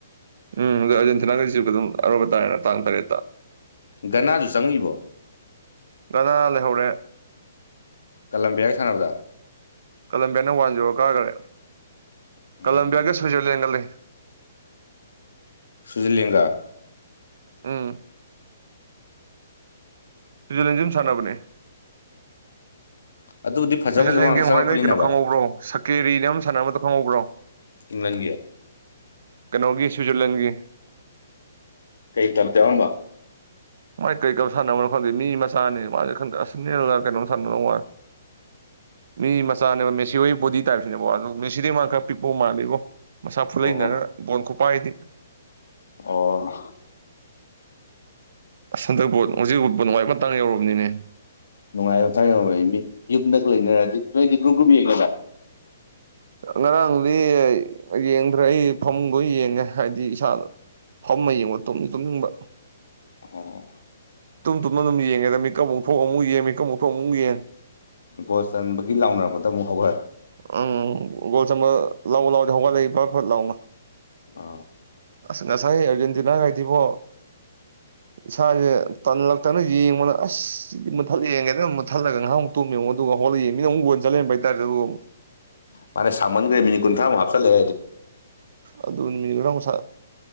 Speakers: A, on the right; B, on the left.
A: ꯎꯝ ꯑꯗꯨ ꯑꯔꯖꯦꯟꯇꯤꯅꯥꯒ ꯏꯖꯤꯞꯀꯤꯁꯨ ꯑꯔꯣꯏꯕ ꯇꯥꯔꯦꯅ ꯇꯥꯡ ꯇꯔꯦꯠ
B: ꯒꯅꯥꯁꯨ ꯆꯪꯉꯤꯕꯣ
A: ꯒꯅꯥ ꯂꯩꯍꯧꯔꯦ
B: ꯀꯂꯝꯕꯤꯌꯥꯒ ꯁꯥꯟꯅꯕꯗ
A: ꯀꯂꯝꯕꯤꯌꯥꯅ ꯋꯥꯟ ꯖꯦꯔꯣ ꯀꯥꯈꯔꯦ
B: ꯎꯝ
A: ꯀꯂꯝꯕꯤꯌꯥꯒ ꯁ꯭ꯋꯤꯖꯔꯂꯦꯟꯒ ꯂꯩ
B: ꯁ꯭ꯋꯤꯖꯔꯂꯦꯡꯒꯥ
A: ꯎꯝ ꯁꯋꯤꯖꯔꯂꯦꯟꯖꯨ ꯗꯨꯝ ꯁꯥꯟꯅꯕꯅꯦ
B: ꯑꯗꯨꯕꯨꯗꯤ ꯐꯖ
A: ꯁ꯭ꯋꯤꯖꯔꯂꯦꯟꯒꯤ
B: ꯐꯖꯕ ꯉꯥꯛꯇ ꯆꯪꯉꯛꯄꯅꯤꯅꯕ
A: ꯃꯍ‌ꯣꯏ ꯅ‌ꯣꯏ ꯀꯩꯅꯣ ꯈꯪꯍꯧꯕ꯭ꯔꯣ ꯁꯀꯦꯔꯤꯅ ꯑꯃ ꯁꯥꯟꯅꯕꯗ ꯈꯪꯍꯧꯕ꯭ꯔꯣ
B: ꯏꯪꯪꯂꯦꯟꯒꯤ
A: ꯀꯩꯅꯣꯒꯤ ꯁ꯭ꯋꯤꯖꯔꯂꯦꯟꯒꯤ
B: ꯀꯩ ꯀ꯭ꯂꯨꯕꯇ ꯍꯥꯎꯔꯝꯕ
A: ꯃꯥꯏ ꯀꯩ ꯀ꯭ꯂꯨꯕ ꯁꯥꯟꯅꯕꯅꯣ ꯈꯪꯗꯦ ꯃꯤ ꯃꯆꯥꯅꯤ ꯃꯥꯁꯦ ꯈꯪꯗꯦ ꯑꯔꯁ‌ꯦꯅꯦꯜꯔ ꯀꯩꯅꯣꯝ ꯁꯥꯟꯅꯔꯝꯗꯧ ꯃꯥꯜꯂ‌ꯦ ꯃꯤ ꯃꯆꯥꯅꯦꯕ ꯃꯦꯁꯤ ꯍꯣꯏ ꯕꯣꯗꯤ ꯇꯥꯏꯞꯁꯤꯅꯦꯕꯣ ꯑꯗꯨ ꯃꯦꯁꯤꯗꯩ ꯃꯥ ꯈꯔ ꯄꯤꯛꯄꯧ ꯃꯥꯜꯂꯤꯕꯣ ꯃꯁꯥ ꯐꯨꯠꯂꯅꯔꯒ
B: ꯑꯣ
A: ꯕꯣꯟ ꯈꯨꯄꯥꯏꯗꯤ
B: ꯑꯣ
A: ꯍꯟꯗꯛ ꯕꯣꯜ ꯍꯧꯖꯤꯛ ꯅꯋꯥꯏ ꯃꯇꯥꯡ ꯌꯧꯔꯕꯅꯤꯅꯦ
B: ꯅꯨꯡꯉꯥꯏꯕ ꯊꯥꯛ ꯌꯥ ꯃꯤ ꯌꯨꯝꯗ ꯂꯩꯅꯔꯗꯤ ꯅꯣꯏꯗꯤ ꯒ꯭ꯔꯀ꯭ꯔꯨꯞ ꯌꯦꯡꯉꯗ
A: ꯉꯔꯥꯡꯗꯤ ꯌꯦꯡꯗ꯭ꯔꯦ ꯑꯩ ꯐꯃꯨꯡꯗ ꯌꯦꯡꯉꯦ ꯍꯥꯏꯗꯤ ꯏꯁꯥ ꯐꯝꯃ ꯌꯦꯡꯉꯣ ꯇꯨꯝꯅꯤ ꯇꯨꯝꯅꯤꯡꯕ
B: ꯑꯣ
A: ꯇꯨꯝ ꯇꯨꯝꯅ ꯑꯗꯨꯝ ꯌꯦꯡꯉꯦꯗ ꯃꯤꯀ ꯑꯃꯨꯛ ꯊꯣꯛꯑ ꯑꯃꯨꯛ ꯌꯦ ꯃꯤꯀꯞꯨꯛꯣꯛ ꯑꯃꯨꯛ ꯌꯦꯟ
B: ꯒꯣ ꯆꯟꯕꯒꯤ ꯂꯥꯎꯅꯔꯛꯄꯗ ꯑꯃꯨꯛ ꯍꯧꯈꯦ
A: ꯎꯝ ꯒꯣꯜ ꯆꯝꯕ ꯂꯥꯎ ꯂꯥꯎ ꯍꯧꯒꯠꯂꯛꯏ ꯐꯠ ꯐꯠ ꯂꯥꯎꯅ
B: ꯑ
A: ꯑꯁ ꯉꯁꯥꯏ ꯑꯔꯖꯦꯟꯇꯤꯅꯥ ꯀꯥꯏꯗꯤꯕꯣ ꯏꯁꯥꯁꯦ ꯇꯜꯂꯛꯇꯅ ꯌꯦꯡꯕꯗ ꯑꯁ ꯁꯤꯗꯤ ꯃꯨꯊꯠꯂ ꯌꯦꯡꯒꯦꯅ ꯑꯃꯨꯛꯊꯠꯂꯒ ꯉꯥꯏꯍꯨ ꯇꯣꯝ ꯌꯦꯡꯨꯣ ꯑꯗꯨꯒ ꯍꯣꯂꯛ ꯌꯦꯡ ꯃꯤꯅ ꯑꯃꯨꯛꯕꯣꯟ ꯆꯠꯍꯦꯟꯕ ꯍꯥꯏꯇꯥꯔꯦ ꯑꯗꯨꯒ ꯑꯃꯛ
B: ꯃꯥꯥꯅꯦ ꯁꯃꯟꯈ꯭ꯔꯦ ꯃꯤꯅꯤꯠ ꯀꯨꯟꯊ꯭ꯔꯥ ꯃꯨꯛ ꯍꯥꯞꯆꯜꯂꯦ
A: ꯑꯗꯨꯅꯦ <unintelligible>